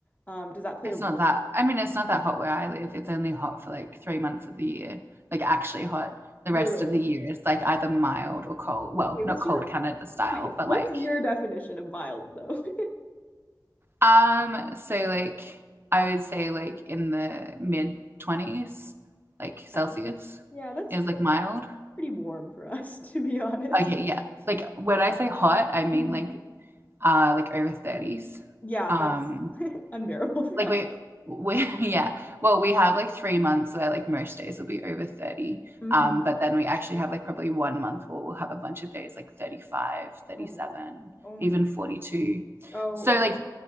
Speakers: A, on the left (about 20°); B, on the right (about 30°).
A: um, does that play
B: it's
A: a role?
B: not that, I mean, it's not that hot where I live. It's only hot for like three months of the year, like actually hot. The
A: Really?
B: rest of the year, it's like either mild or cold. Well,
A: Wait,
B: not
A: what's
B: cold
A: your
B: Canada
A: <laughs>
B: style,
A: wait,
B: but
A: what's
B: like
A: your definition of mild though? <laughs>
B: Um, so like I would say like in the mid twenties, like Celsius
A: Okay. Yeah, that's
B: is like
A: that's
B: mild.
A: pretty warm for us, <laughs> to be honest.
B: Okay, yeah. Like when I say hot, I mean
A: Mhm.
B: like uh like over thirties.
A: Yeah,
B: Um
A: that's unbearable <laughs> for
B: like
A: us.
B: we we <laughs> yeah. Well we have like three months where like most days will be over thirty.
A: Mhm.
B: Um but then we actually have like probably one month where we'll have a bunch of days like 35, thirty
A: Oh my
B: seven,
A: goodness. Oh my
B: even
A: goodness.
B: 42.
A: Oh
B: So
A: my
B: like